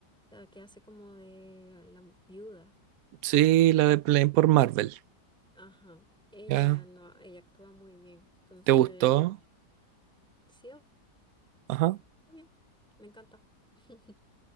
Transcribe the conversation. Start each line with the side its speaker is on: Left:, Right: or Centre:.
Centre: la que hace como de la, viuda.
Right: sí, la de Plane por Marvel,
Centre: Ajá. Ella
Right: ya,
Centre: no, ella actúa muy bien. Entonces,
Right: ¿te gustó?
Centre: por sí,
Right: Ajá,
Centre: obvio, me encanta. <laughs>